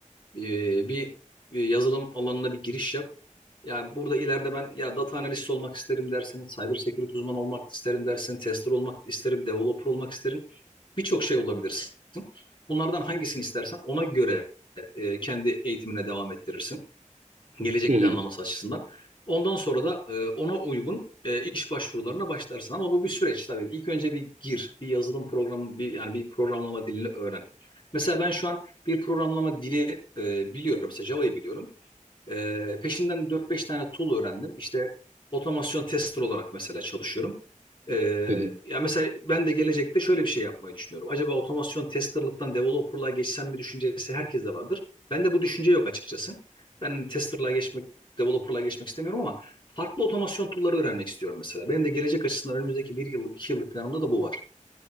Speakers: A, on the left; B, on the right.
A: e, bir e, yazılım alanına bir giriş yap. Yani burada ileride ben ya data analist olmak isterim dersin, cyber security uzmanı olmak isterim dersin, tester olmak isterim, developer olmak isterim. Birçok şey olabilirsin. Bunlardan hangisini istersen ona göre e, kendi eğitimine devam ettirirsin gelecek
B: Hı
A: planlaması
B: hı.
A: açısından. Ondan sonra da e, ona uygun e, iş başvurularına başlarsın. Ama bu bir süreç tabii. İlk önce bir gir, bir yazılım programı, bir yani bir programlama dilini öğren. Mesela ben şu an bir programlama dili e, biliyorum. Mesela Java'yı biliyorum. Ee, peşinden dört beş tane tool öğrendim. İşte otomasyon tester olarak mesela çalışıyorum. Ee,
B: Hı hı.
A: ya mesela ben de gelecekte şöyle bir şey yapmayı düşünüyorum. Acaba otomasyon testerlıktan developerlığa geçsem mi düşüncesi herkeste vardır. Bende bu düşünce yok açıkçası. Ben hani testerlığa geçmek, developerlığa geçmek istemiyorum ama farklı otomasyon tool'ları öğrenmek istiyorum mesela. Benim de gelecek açısından önümüzdeki bir yıllık, iki yıllık planımda da bu var.